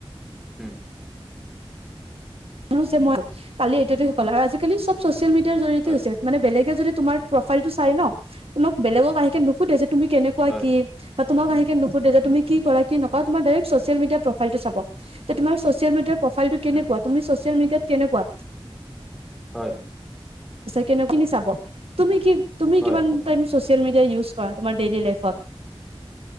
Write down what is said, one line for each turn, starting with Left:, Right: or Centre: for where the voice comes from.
Centre: হম।
Right: ম যে মই কালি এইটোতে শল আৰু আজিকালি চব। মিডিয়াৰ জৰিয়তে
Centre: হয়
Right: হৈছোনে বেলেগে যদি। তোমাৰ প্ৰফাইলতটো চাই ন, তোমাক বেলেগক আহিকে নোসুধে। তুমি কেনেকুৱা
Centre: হয়
Right: কি। তোমাকাহে নুধে যে তুম কি কৰা কি নকৰা, তোমাৰ ডৰেক্ ছ'চিয়েল মডিয়াৰ প্ৰফাইলটো চাব তমাৰ ছ'চিয় মিডিয়াৰ। প্ৰফাইলটো কেনেকুৱা
Centre: উম
Right: তুমি। কেনেকুৱা।
Centre: হয়।
Right: কেনে কিনি চাব তুমি কি। তুমি
Centre: হয়
Right: কিমান। চচিয়েল মেডিয়া ইউজ কৰা, ডুলি লাইফত?